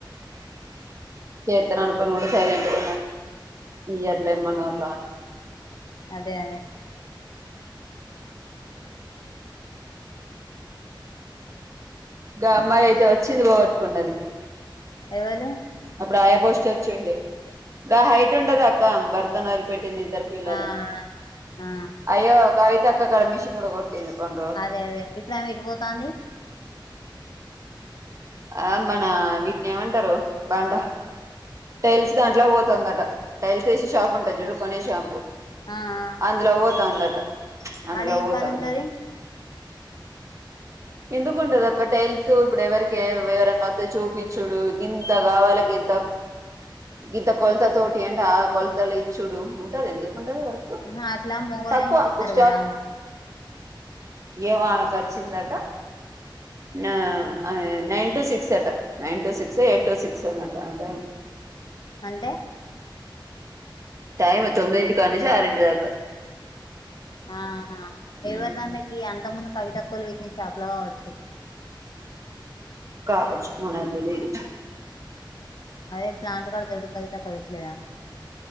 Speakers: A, on the right; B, on the left.
A: కేతురా అనుకొను కూడా సైలెంట్ పో ఇయర్లేమనోర్లా
B: అదే అదే
A: గా అమ్మాయి అయితే వచ్చింది పోగట్టుకున్నది
B: ఎవలు
A: అప్పుడు ఆయా పోస్ట్ వచ్చింది గా హైట్ ఉండదా ఇంక ఆమె బర్తన్ ఆయిల్ పెట్టింది ఇద్దరు పిల్లలు
B: ఆ ఆ
A: అయ్యో కవిత అక్కడ మిషన్ కూడా కొటికోండ్ర
B: అదే అదే ఇప్పుడ ఆమె ఎటు పోతాంది
A: ఆ మన వీటిని ఏమంటారు బాండ టైల్స్ దాంట్లో పోతుందట టైల్స్ వేసి షాప్ ఉంటాది చుడు కొనే షాపు
B: ఆ ఆ
A: అందులో పోతాందట అందులో
B: ఆడ ఏం
A: పోతాందట
B: పని ఉంటది
A: ఎందుకుండ దక్క టైల్స్ ఇప్పుడు ఎవరికి ఎవరన్నవస్తే చూపించుడు ఇంత కావాలి గ ఇంత ఇంత కొలత తోటి అంటే ఆ కొలతలు ఇచ్చుడు ఉంటది ఎందుకుండది వర్కు
B: అ అట్లా మొగల్లా
A: తక్కువ
B: ఇప్పితారు
A: బుక్
B: కదా
A: ఏం ఆమెకు వచ్చిందట నైన్ నైన్ టు సిక్స్ అట ఎయిట్ టు సిక్స్ అన్నట అంట
B: అంటే
A: టైమ్ తొమిదింటి కాన్నుంచి ఆ రింటి దాకా
B: ఆహా ఎవరి
A: ఉమ్
B: దాన్లోకి అంత ముందు కవితక్కోలు విక్నే షాప్ లో కావచ్చు
A: కావచ్చు, మనకు తెలియదు,
B: అదే ప్లాంట కడతడు కది తక్కవట్లేదా